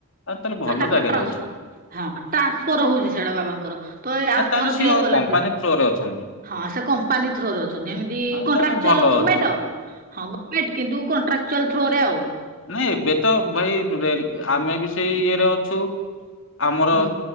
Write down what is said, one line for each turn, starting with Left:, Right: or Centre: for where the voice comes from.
Left: ଆଉ ତାହେଲେ ଭଲ
Right: ତାଙ୍କର
Left: ଜାଗାରେ
Right: ଟ୍ରାନ୍ସଫର
Left: ଅଛି
Right: ହ ଟ୍ରାନ୍ସଫର ହଉଛି ସେଟା ବାବାଙ୍କର ତ ଏ ଆର
Left: ଆଉ ତାହେଲେ
Right: ଥର
Left: ସିଏ
Right: ଥିଲେ ବଲାଙ୍ଗୀର।
Left: କମ୍ପାନୀ ଥ୍ରୋ ରେ ଅଛନ୍ତି।
Right: ହଁ ସେ କମ୍ପାନୀ ଥ୍ରୋରେ ଅଛନ୍ତି ଏମିତି
Left: ହଁ
Right: କଣ୍ଟ୍ରାକ୍ଚୁଆଲ
Left: ତାହେଲେ ଭଲ
Right: ଗଣମେଣ୍ଟ
Left: ଅଛି
Right: ଆଉ ହଁ ମ କିନ୍ତୁ କଣ୍ଟ୍ରାଚୁଆଲ ଥ୍ରୋ ରେ ଆଉ
Left: ନାଇଁ ଏବେ ତ ଭାଇରେ ଆମେ ବି ସେଇ ଇଏରେ ଅଛୁ ଆମର
Right: ହୁଁ